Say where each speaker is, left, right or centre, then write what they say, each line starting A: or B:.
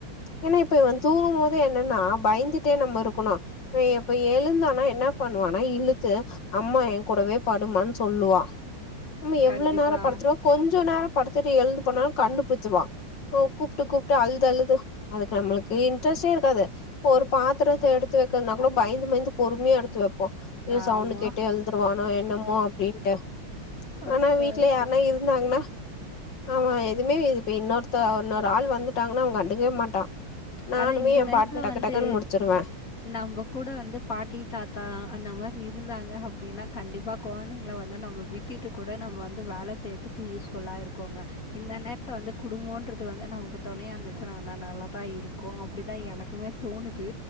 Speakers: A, on the left; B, on the left.
A: ஏன்னா இப்ப இவன் தூங்கும் போது என்னன்னா பயந்துட்டே நம்ம இருக்கணு இவ இப்ப எழுந்தானா என்ன பண்ணுவானா இழுத்து அம்மா என் கூடவே படுமான்னு சொல்லுவா நம்ம எவ்வளோ
B: கண்டிப்பா.
A: நேரோ படுத்துருவோ கொஞ்சோ நேரோ படுத்துட்டு எழுந்து போனாலு கண்டுபுச்சுருவா கூப்ட்டு கூப்ட்டு அழுது அழுது அதுக்கு நம்மளுக்கு இன்ரெஸ்டே இருக்காது ஒரு பாத்திரத்த எடுத்து வெக்கிறதுனா கூட பயந்து பயந்து பொறுமையா எடுத்து வெப்போ
B: ஆமா.
A: சவுண்ட் கேட்டு எழுந்துருவானோ என்னமோ அப்டின்ட்டு
B: அச்சோ,
A: ஆனா வீட்டுல
B: அச்சோ.
A: யாருனா இருந் தாங்னா ஆமா எதுவுமே இது இப்ப இன்னொருத்த இன்னொரு ஆள் வந்துட்டாங்கன்னா அவ கண்டுக்கவே மாட்டா நானுமே
B: ஆனால் இந்த
A: எய
B: நேரத்தில்
A: பாட்டுக்கு
B: வந்து
A: டக்குடக்குன்னு முடிச்சிருவ
B: நம்ம கூட வந்து பாட்டி தாத்தா அந்த மாரி இருந்தாங்க அப்டின்னா கண்டிப்பா கொழந்திங்கள வந்து நம்ம விட் டுட்டு கூட நம்ம வந்து வேல செய்றதுக்கு யூஸ்ஃபுல்லா இருக்கோங்க இந்த நேரத்துல வந்து குடும்போன்றது வந்து நமக்கு தொணயா இருந்துச்சினா நல்லாதா இருக்கோ இருக்கோ அப்டிதா எனக்குமே தோணுது